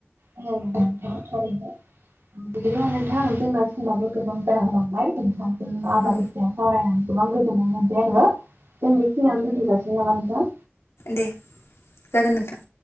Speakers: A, on the right (about 80°); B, on the left (about 85°).
A: औ <unintelligible> थारैनो। बिदिनो नोंथां जोंना समाबो गोबां जाहोलांबाय नोंथां जों आबादनि
B: औ
A: सावरायनानै गोबां गोजोननाय मोनबाय आरो जों बेखिनियावानो दोनथ'जासिगोन नामा नोंथां?
B: दे जागोन नोंथां।